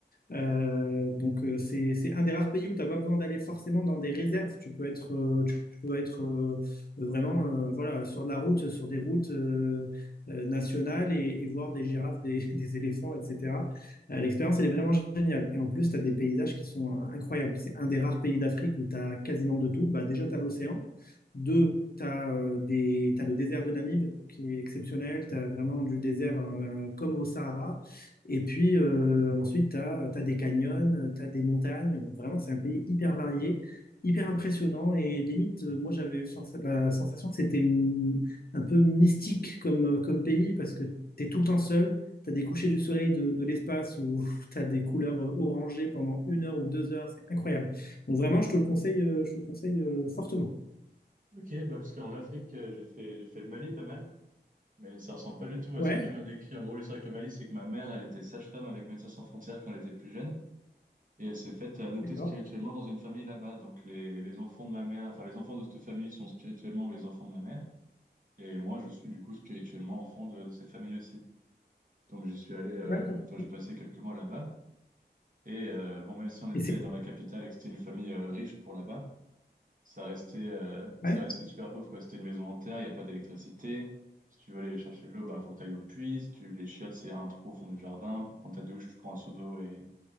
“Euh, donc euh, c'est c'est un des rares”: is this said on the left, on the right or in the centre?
Left